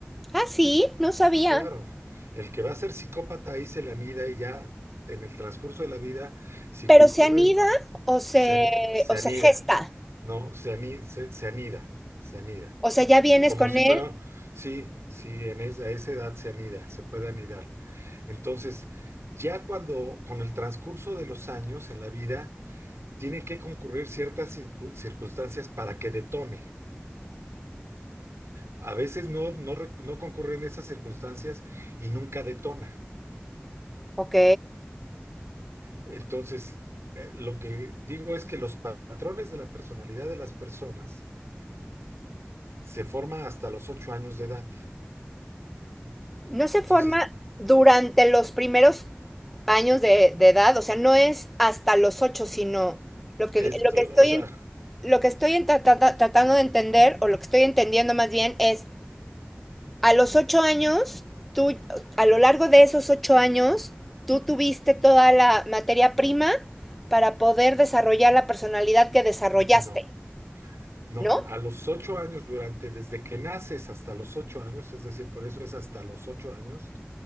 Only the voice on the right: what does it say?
Sí, claro. El que va a ser psicópata ahí se le anida y ya en el transcurso de la vida, si
concurren,
se, an- se
anida.
No, se, ani- se, se anida, se anida.
Como
si
fuera, sí, sí, en esa, a esa edad se anida, se puede anidar. Entonces, ya cuando, con el transcurso de los años en la vida, tienen que concurrir ciertas circu- circunstancias para que detone. A veces no, no, re- no concurren esas circunstancias y nunca detona.
Entonces, eh, lo que digo es que los patrones de la personalidad de las personas se forman hasta los ocho años de edad.
Entonces,
esto,
o sea,
no. No,
a los ocho años, durante, desde que naces hasta los ocho años, es decir, por eso es hasta los ocho años,